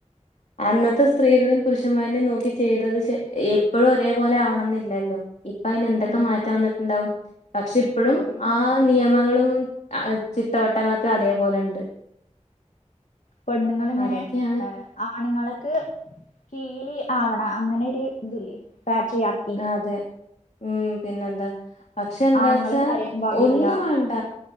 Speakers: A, on the left; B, on the left.
A: അന്നത്തെ സ്ത്രീകളും പുരുഷന്മാരനെയും നോക്കി ചെയ്തത് എപ്പോഴും ഒരേപോലെ ആവണം എന്നില്ലല്ലോ ഇപ്പൊ അതിനന് എന്തൊക്കെ
B: ഇല്ല
A: മാറ്റം വന്നിട്ടുണ്ടാവും പക്ഷെ ഇപ്പോഴും
B: കൊറേ മാറ്റങ്ങളുണ്ട്
A: ആ നിയമങ്ങളും ചിത്തവട്ടങ്ങളൊക്കെ അതേപോലെ ഉണ്ട്
B: പെണ്ണുങ്ങളിങ്ങനെ
A: അതൊക്കെയാണ്
B: ആണുങ്ങളക്ക് കീലി ആവണ അങ്ങനെ ഒരു ഇതില്ലേ ബാറ്ററി ആർക്കി
A: അതെ ഉം പിന്നെന്താ പക്ഷെ എന്താച്ചാ
B: ആണുങ്ങൾ കരയാൻ പാടില്ല
A: ഒന്നും വേണ്ട